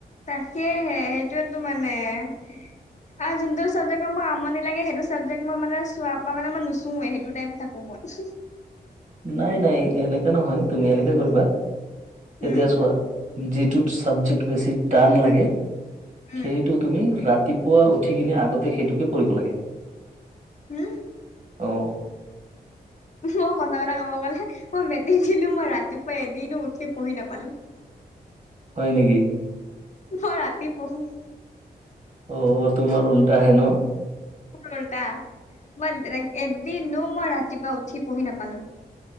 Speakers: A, on the left; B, on the right.
A: তাকেহে সেইটোয়েতো মানে আৰু যোনটো চাবজেক্টৰ মোৰ আমনি লাগে সেইটো চাবজেক্ট মই মানে চোৱা পৰা মানে মই নুচোয়ে সেইটো টাইপ থাকো মই।
B: নাই-নাই এনেকা নহয় তুমি এনেকাে কৰিবা,
A: উম।
B: এতিয়া চোৱা যিটোত ছাবজেক্ট বেছি টান লাগে
A: উম,
B: সেইটোত তুমি ৰাতিপুৱা উঠি কিনে আগতে সেইটোকে পৰিব লাগে।
A: উম।
B: অঁ।
A: মই সঁচা কথা কব গলে মই মেট্ৰিক দিলো মই ৰাতিপুৱা এদিনো উঠি পঢ়ি নাপালো।
B: হয় নেকি?
A: মই ৰাতি পঢ়ো।
B: অ তোমাৰ উল্টাহে ন।
A: উল্টা মই এদিনো মই ৰাতিপুৱা উঠি পঢ়ি নাপালো।